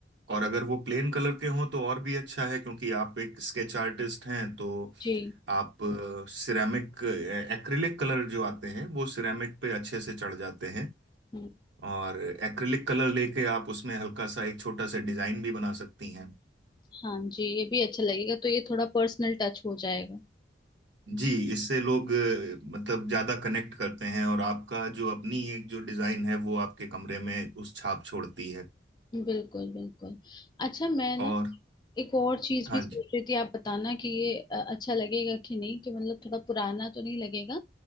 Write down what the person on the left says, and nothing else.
जी
हम्म,
हाँ जी ये भी अच्छा लगेगा तो ये थोड़ा पर्सनल टच हो जाएगा
बिल्कुल बिल्कुल अच्छा मैं ना
एक और चीज
भी सोच
रही थी आप बताना कि ये अ, अच्छा लगेगा कि नहीं कि मतलब थोड़ा पुराना तो नहीं लगेगा